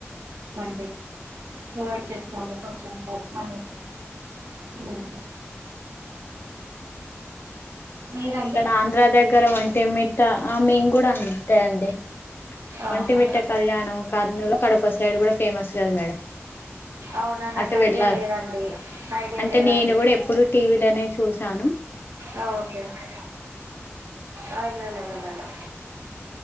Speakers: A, on the right; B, on the left.
A: డ్ డొనేట్ చేస్తా మీ కొంచెం పప్మని మ్ మీరండి
B: ఇక్కడ ఆంధ్ర దగ్గర ఒంటి మిట్ట. ఆ మేం కూడా అంతే అండి.
A: ఆహా
B: ఒంటిమిట్ట కళ్యాణం కర్నూల్ కడప సైడ్ కూడ ఫేమస్ కదు మేడం.
A: అవునా నాకు
B: అటు వెళ్ళారు.
A: ఐడియా లేదండి ఐడియా
B: అంటే
A: లేదండి
B: నేను కూడా ఎప్పుడు టీవీలోనే చూశాను.
A: ఆ ఓకె కె. ఆ వెల్లలె. వెల్లలె.